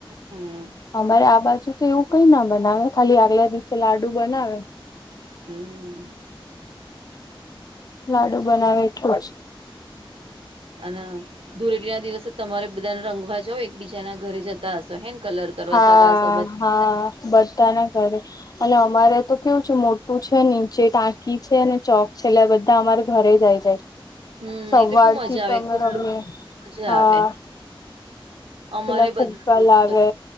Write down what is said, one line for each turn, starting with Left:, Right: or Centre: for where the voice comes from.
Right: હમ
Left: અમારે આ બાજુ તો એવું કઈ ના બનાવે ખાલી આગલા દિવસે લાડુ બનાવે
Right: હમ
Left: લાડુ બનાવેટું
Right: અને ધૂળેટી ના દિવસે તમારે બધાને રંગવા જાવ એકબીજાના ઘરે જતા હશે હેન કલર કરવા
Left: હા
Right: સગા સૂતી
Left: હા
Right: ને
Left: બધાના ઘરે અને અમારે તો કેવું છે મોટું છે નીચે ટાંકી છે ને ચોક છે એટલે આ બધા અમારે ઘરે જાય જાય
Right: હમ
Left: સવાર
Right: એટલે બહુ મજા
Left: થી
Right: આવે
Left: તો અમે
Right: ખુલ્લું
Left: રમીએ
Right: મજા
Left: હા
Right: આવે અમારે
Left: પેલા ફુગ્ગા
Right: બધું જોવું
Left: લાવે